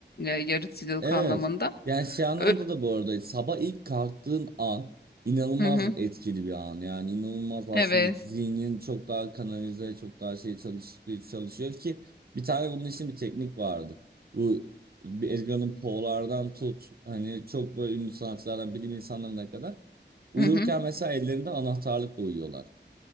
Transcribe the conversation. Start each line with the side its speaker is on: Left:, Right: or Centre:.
Left: e, yaratıcılık
Right: Evet.
Left: anlamında.
Right: Yani şey anlamında
Left: Ö-
Right: da bu arada sabah ilk kalktığın an inanılmaz
Left: hı hı.
Right: etkili bir an. Yani inanılmaz aslında
Left: Evet.
Right: zihnin çok daha kanalize, çok daha şey çalış, çalışıyor ki bir tane bunun için bir teknik vardı. Bu bir Edgar Allan Poe'lardan tut hani çok böyle ünlü sanatçılardan bilim insanlarına kadar uyurken
Left: Hı hı.
Right: mesela ellerinde anahtarlıkla uyuyorlar.